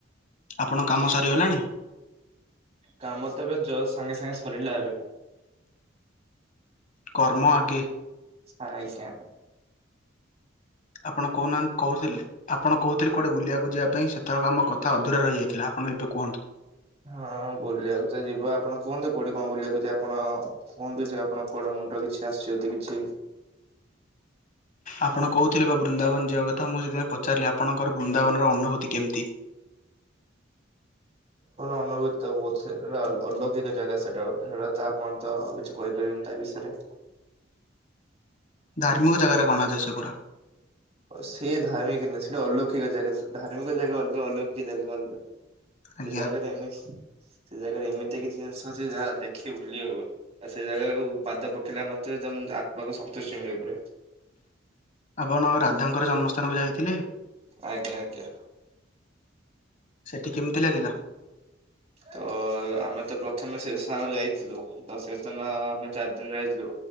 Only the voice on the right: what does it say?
କାମ ତ ଏବେ ଜସ ସାଙ୍ଗେ ସାଙ୍ଗେ ସରିଲା ଏବେ।
ଆଇଜ୍ଞା।
ହଁ ବୁଲିବାକୁ ତ ଯିବା, ଆପଣ କୁହନ୍ତୁ କୋଉଠି କଣ ବୁଲିବାକୁ ଯିବା ଆପଣ କୁହନ୍ତୁ ଯେ ଆପଣଙ୍କ କୁଆଡେ ମୁଣ୍ଡରେ କିଛି ଆସିଛି ଯଦି କିଛି
ଅନୁଭୂତି ବହୁତ ଥାଏ ଆ ଅଲୌକିକ ଜାଗା ସେଇଟା ଗୋଟେ ସେଇଟା ତ ଆପଣ ତ କି କହିପାରିବିନି ତା ବିଷୟରେ।
ସେ ଧାର୍ମିକ ନୁହେ ସେଇଟା ଅଲୌକିକ ଜାଗା ଧାର୍ମିକ ଜାଗା ଅଲଗା ଅଲୌକିକ ଜାଗା ଅଲଗା।
ସେ ଜାଗାରେ ଏମିତି ସେ ଜାଗାରେ ଏମିତି କିଛି ଜିନିଷ ଅଛି ଯାହା ଦେଖି ଭୁଲି ହବନି। ଆଉ ସେଇ ଜାଗାରୁ ପାଦ ପକେଇଲା ମାତ୍ରେ ତମ ଆତ୍ମାକୁ ସନ୍ତୁଷ୍ଟି ମିଳିବ ପୁରା।
ଆଜ୍ଞା ଆଜ୍ଞା।
ତ ଆମେ ତ ପ୍ରଥମେ ସେ ସ୍ଥାନ ଯାଇଥିଲୁ। ତ ସ୍ଥାନର ଆମେ ଚାରି ଦିନ ରଇଥିଲୁ।